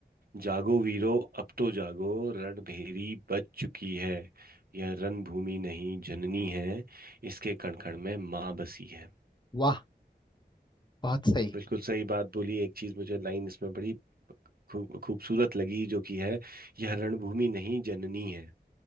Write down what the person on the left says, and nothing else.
वाह बहुत सही